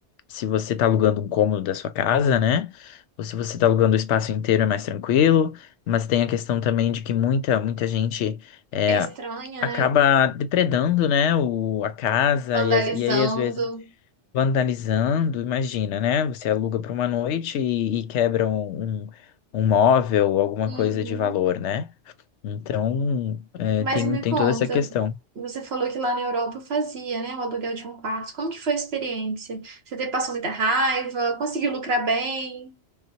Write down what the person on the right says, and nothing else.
é estranha,
né?
Vandalizando.
Uhum.
Mas
me
conta,
você falou que lá na Europa fazia, né, o aluguel de um quarto. Como que foi a experiência? Você te- passou muita raiva? Conseguiu lucrar bem?